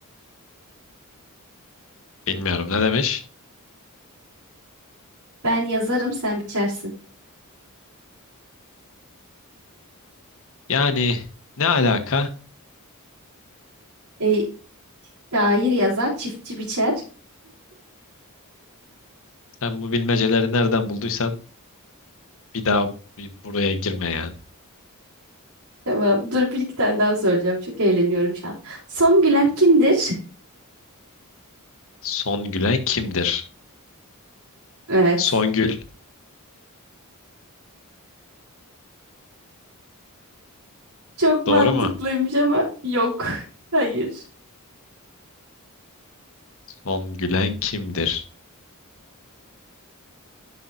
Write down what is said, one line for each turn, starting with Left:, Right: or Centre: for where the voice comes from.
Left: Bilmiyorum ne demiş?
Right: Ben yazarım, sen biçersin.
Left: Yani ne alaka?
Right: E, şair yazar, çiftçi biçer.
Left: Sen bu bilmeceleri nereden bulduysan bir daha bir buraya girme yani.
Right: Tamam. Dur bir iki tane daha söyleyeceğim. Çok eğleniyorum şu an. Son gülen kimdir?
Left: Son gülen kimdir?
Right: Evet.
Left: Songül.
Right: Çok mantıklıymış
Left: Doğru mu?
Right: ama yok. Hayır.
Left: Son gülen kimdir?